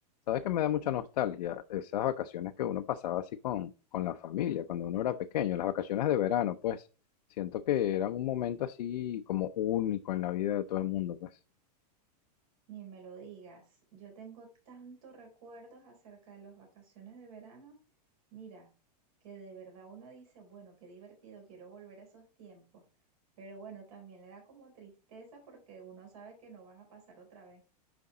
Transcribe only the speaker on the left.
Sabes que me da mucha nostalgia esas vacaciones que uno pasaba así con, con la familia, cuando uno era pequeño, las vacaciones de verano, pues siento que eran un momento así como único en la vida de todo el mundo, pues.